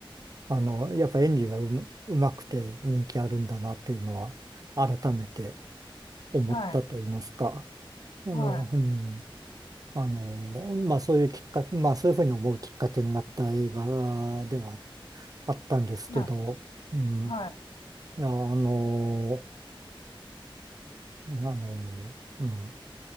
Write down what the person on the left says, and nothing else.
はい
は
いは
いはい